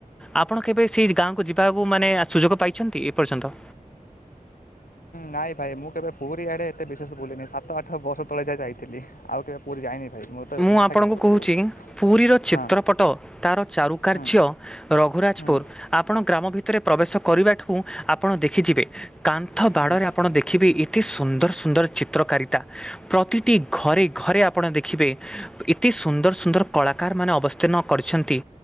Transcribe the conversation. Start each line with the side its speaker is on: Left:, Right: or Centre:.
Centre: ଆପଣ କେବେ ସେଇ ଗାଁକୁ ଯିବାକୁ ମାନେ ସୁଯୋଗ ପାଇଛନ୍ତି ଏପର୍ଯ୍ୟନ୍ତ?
Left: ନାଇଁ ଭାଇ ମୁଁ କେବେ ପୁରୀ ଆଡେ ଏତେ ବିଶେଷ ବୁଲିିନି ସାତ ଆଠ ବର୍ଷ ତଳେ ଯାଏ ଯାଇଥିଲି ଆଉ କେବେ ପୁରୀ ଯାଇନି ଭାଇ। <unintelligible>
Centre: ମୁଁ ଆପଣଙ୍କୁ
Left: କିନ୍ତୁ
Centre: କହୁଛି
Left: ବହୁତ
Centre: ପୁରୀର ଚିତ୍ରପଟ
Left: ହଁ
Centre: ତାର ଚାରୁକାର୍ଯ୍ୟ
Left: ହୁଁ
Centre: ରଘୁରାଜପୁର
Left: ହୁଁ
Centre: ଆପଣ ଗ୍ରାମ ଭିତରେ ପ୍ରବେଶ କରିବାଠୁ ଆପଣ ଦେଖିଯିବେ କାନ୍ ନ୍ଥ ବାଡ଼ରେ
Left: ହୁଁ
Centre: ଆପଣ ଦେଖିବେ ଏତେ ସୁନ୍ଦର ସୁନ୍ଦର ଚିତ୍ରକାରିତା, ପ୍ରତିଟି ଘରେ ଘରେ ଆପଣ ଦେଖିବେ ଏତେ ସୁନ୍ଦର ସୁନ୍ଦର କଳାକାରମାନେ ଅବସ୍ଥିନ କରିଛନ୍ତି।